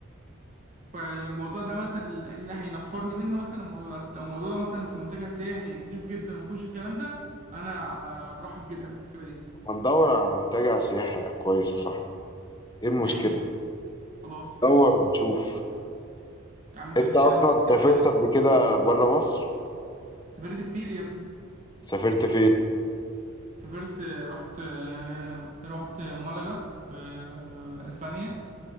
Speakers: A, on the right (about 35°); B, on the left (about 20°).
A: فالموضوع ده مثلا اللي هينفرني منها مثلا الموضوع ده لو الموضوع ده مثلا في منتجع سياحي نضيف جدا ومفيهوش الكلام ده انا برحب جدا بالفكره دي
B: ما ندور على منتجع سياحي كويس يا صاحبي ايه المشكلة
A: ماشي خلاص
B: ندور
A: ماشي
B: ونشوف
A: يا عم كلام
B: انت اصلا
A: كلام كلام
B: سافرت
A: سليم
B: قبل كده بره مصر
A: سافرت كتير يا ابني
B: سافرت فين
A: سافرت آه، رحت آه، رحت ملقا في آه، اسبانيا